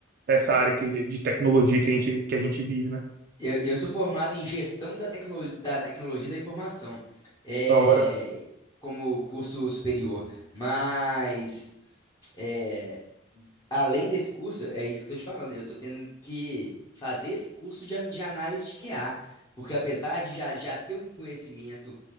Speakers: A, on the right; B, on the left.
A: essa área que- de tecnologia que a gente, que a gente vive, né?
B: Eu, eu sou formado em gestão da, tecno, da tecnologia da informação, é,
A: Da hora.
B: como curso superior. Mas, é, além desse curso, é isso que eu estou te falando, eu estou tendo que fazer esse curso de, an- de análise de QA, porque apesar de já, já ter um conhecimento